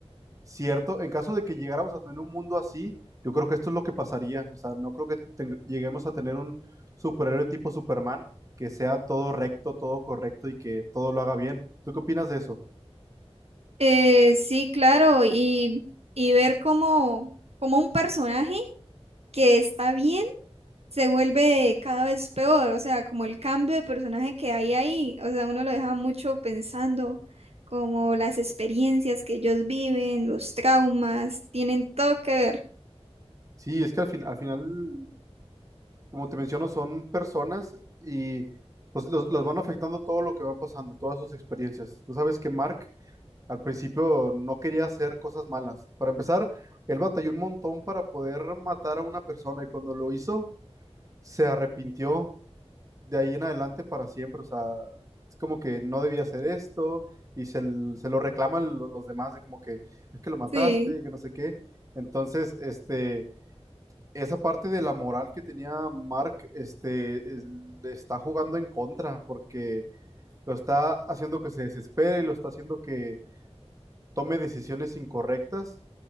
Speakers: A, on the right; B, on the right.
A: Cierto, en caso de que llegáramos a tener un mundo así, yo creo que esto es lo que pasaría. O sea, no creo que teng- lleguemos a tener un superhéroe tipo Superman que sea todo recto, todo correcto y que todo lo haga bien. ¿Tú qué opinas de eso?
B: eh, sí, claro, y, y ver cómo, cómo un personaje que está bien. se vuelve cada vez peor, o sea, como el cambio de personaje que hay ahí, o sea, uno lo deja mucho pensando, como las experiencias que ellos viven, los traumas, tienen todo que ver.
A: Sí, es que al fin- al final, como te menciono, son personas y pues los, las van afectando todo lo que van pasando, todas sus experiencias. Tú sabes que Mark al principio no quería hacer cosas malas. Para empezar, él batalló un montón para poder matar a una persona y cuando lo hizo se arrepintió de ahí en adelante para siempre. O sea, es como que no debía hacer esto y se, l- se lo reclaman lo- los demás de como que es que lo mataste
B: Sí,
A: y que no sé qué. Entonces, este, esa parte de la moral que tenía Mark, este, es- le está jugando en contra porque lo está haciendo que se desespere, lo está haciendo que tome decisiones incorrectas